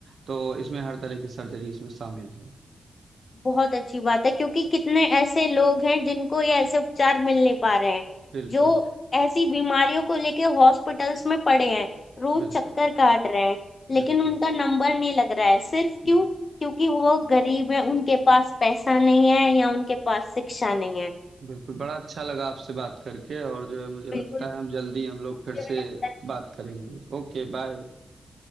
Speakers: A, on the right; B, on the left.
A: तो इसमें हर तरह की सर्जरी इसमें शामिल है।
B: बहुत अच्छी बात है क्योंकि कितने ऐसे लोग हैं जिनको ये ऐसे उपचार मिल नहीं पा रहे हैं
A: बिल्कुल,
B: जो ऐसी बीमारियों को लेके हॉस्पिटल्स में पड़े हैं रोज
A: बिल्कुल,
B: चक्कर काट रहे हैं लेकिन
A: बिल्कुल,
B: उनका नंबर नहीं लग रहा है सिर्फ
A: बिल
B: क्यों क्योंकि वो गरीब हैं उनके पास पैसा नहीं है या उनके पास शिक्षा नहीं है
A: बिल्कुल, बड़ा अच्छा लगा आपसे बात करके और जो है मुझे
B: बिल्कुल
A: लगता है हम जल्दी हम लोग
B: मुझे
A: फिर
B: भी
A: से
B: लगता है
A: बात करेंगे। Okay, bye.